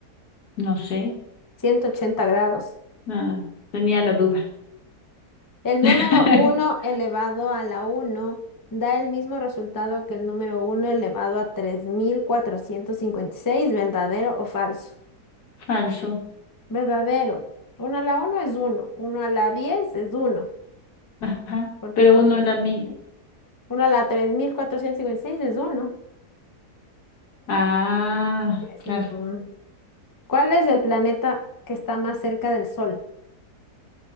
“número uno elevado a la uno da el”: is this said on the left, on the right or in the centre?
Left